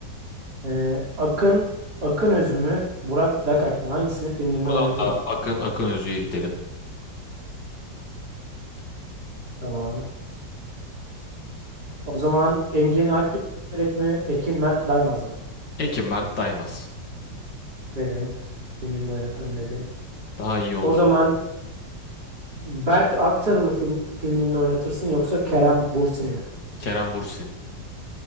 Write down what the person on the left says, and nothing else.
Buradan
da Akın Akın Özü'ye gidelim.
Ekim Mert Daymaz.
Daha iyi olur.
Kerem Bürsin.